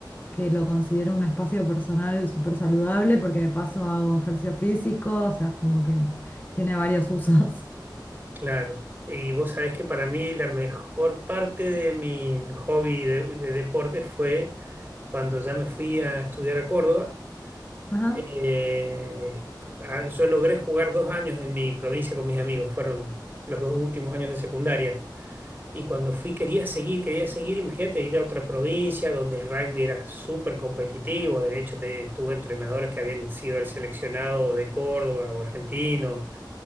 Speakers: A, on the left (about 25°); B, on the right (about 25°).
A: que lo considero un espacio personal súper saludable porque de paso hago ejercicio físico, o sea, como que tiene varios usos.
B: claro. Y vos sabés que para mí la mejor parte de mi hobby de, de deporte fue cuando ya me fui a estudiar a Córdoba.
A: <laughs> Ajá,
B: Eh, a- yo logré jugar dos años en mi provincia con mis amigos, fueron los dos últimos años de secundaria. Y cuando fui quería seguir, quería seguir, imagínate ir a otra provincia donde el rugby era súper competitivo, de hecho te- tuve entrenadores que habían sido el seleccionado de Córdoba o argentino,